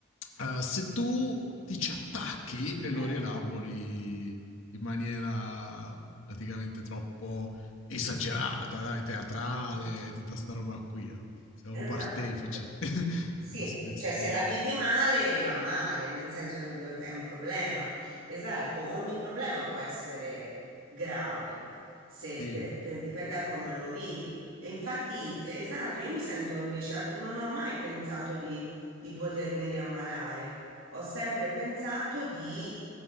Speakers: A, on the left; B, on the right.
A: eh, se tu ti ci attacchi e
B: Eh,
A: lo rielabori in maniera praticamente troppo esagerata, dai, teatrale,
B: mm,
A: tutta sta roba qui. no? Siamo
B: esatto.
A: proprio artefici <laughs> del
B: Sì,
A: nostro destino.
B: cioè se la vivi male va male, nel senso che do- è un problema. Esatto, ogni problema può essere grave, se
A: Sì,
B: per- per- dipende da come lo vivi. E infatti, esatto, io mi sento invece, alt- non ho mai pensato di, di potermi riammalare, ho sempre pensato di,